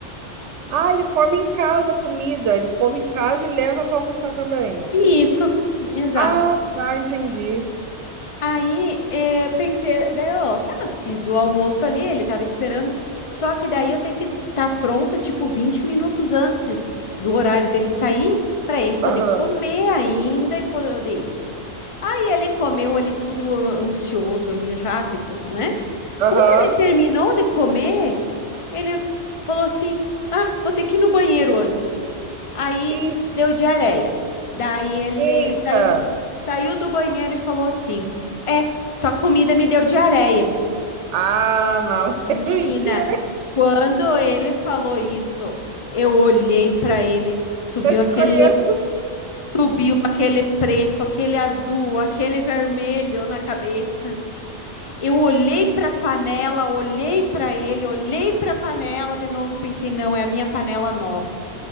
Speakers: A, on the right; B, on the left.
A: Ah, ele come em casa a comida. Ele come em casa e leva para almoçar também.
B: E isso, exato.
A: Ah, tá, entendi.
B: Aí, eh, pensei, daí, ó, tá, fiz o almoço ali, ele tava esperando, só que daí eu tenho que estar pronta, tipo, 20 minutos antes do horário dele sair, pra ele poder
A: Aham.
B: comer ainda e poder ir. Aí ele comeu ali tudo an- ansioso ali, rápido, né?
A: Aham.
B: Quando ele terminou de comer, ele falou assim: Ah, vou ter que ir no banheiro antes. Aí
A: E,
B: deu diarreia. Daí ele
A: eita!
B: saiu do, saiu do banheiro e falou assim: É, tua comida me deu diarreia.
A: Ah, não.
B: Menina,
A: <laughs> Mentira,
B: quando ele falou isso, eu olhei pra ele, subiu
A: eu te
B: aquele,
A: conheço.
B: subiu aquele preto, aquele azul, aquele vermelho na cabeça. Eu olhei pra panela, olhei pra ele, olhei pra panela de novo e pensei: Não, é a minha panela nova.